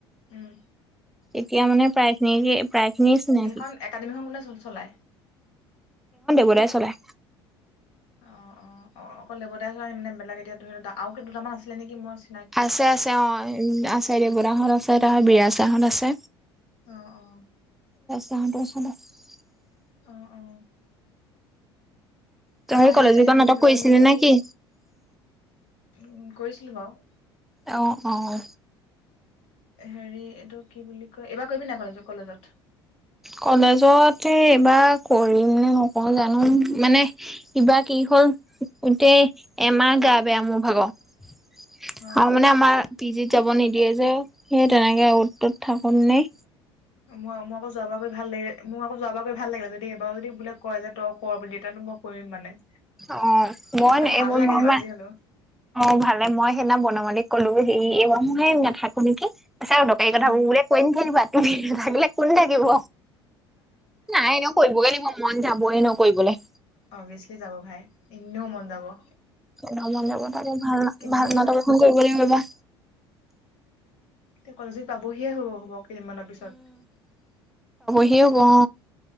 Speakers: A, on the left (about 60°); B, in the centre.
A: উম
B: এতিয়া মানে প্ৰায়িন প্ৰায় খিনি ন
A: কাৰণ একাডেমীখন কোনে চ চলায়?
B: কোনে চলাই?
A: অ অ অ অকল দেৱদাই চ মানে বেলেগ এতিয়া ধৰি ল আৰু কি দুটামান আছিলে নেকি মই চি
B: আছে আছে অঁ আছে দেৱদাঁহত আছে তাহঁত বিৰাছাৰহঁত আছে
A: অঁ অ
B: <unintelligible>
A: আহ অ
B: তই
A: তাৰ
B: সেই
A: পৰা
B: কলেজত
A: হে এইটো
B: নাটক কৰিছিলি
A: যে মোৰ যে
B: নে
A: হেৰি
B: কি
A: - কৰিছিলো বাৰু।
B: অহ। অহ।
A: হেৰি এইটো কি বুলি কয়, এইবাৰ কৰিবি নাই কলেজ- কলেজত?
B: কলেজতে এইবাৰ কৰিম নে নকওঁ জানো! মানে কিবা কি কি হ'ল গোটেই এমাহ গা-বেয়া মোৰ ভাগ আৰু
A: অ
B: মানে আমাৰ পি জিত যাব নিদিয়ে যে। সেই তেনেকে অত-তত থাকোনতেই নেই
A: মই, মই আকৌ যোৱাবাৰ ভাল লাগে মোক আকৌ যোৱ বাৰৈ ভাল লাগে যদি এইবাৰ যদি বোলে কয় যে তই কৰ বুলি তেনে মই কৰিম মানে
B: অ'হ মই
A: এ ভাল
B: এইবোৰ
A: লাগে
B: <unintelligible>
A: যিমান যি হলেও
B: অ ভালে মই সেইদিনা বনমালীক ক'লো হে এইবাৰ মই নাথাকো নেকি ছাৰক দৰ্কাৰী কথাবোৰ
A: উম
B: বোলে, কৈ নাথাকিবা। তুমি নাথাকিলে কোন থাকিব? নাই এনেও কৰিবগে লাগিব মন যাবহ এনেও কৰিবলে
A: অভিয়াচলি যাব ভাই। এনেও মন যাব। <inaudible>
B: এনেও মন যাব ভাল,
A: কি বুলি
B: ভাল
A: কয়
B: নাটক এখন কৰিব দিম ৰবা
A: এই কলেজউইক পাবহিয়ে হ'ব। হ'ব। কেইদিনমানৰ পিছত।
B: সেই ক অ'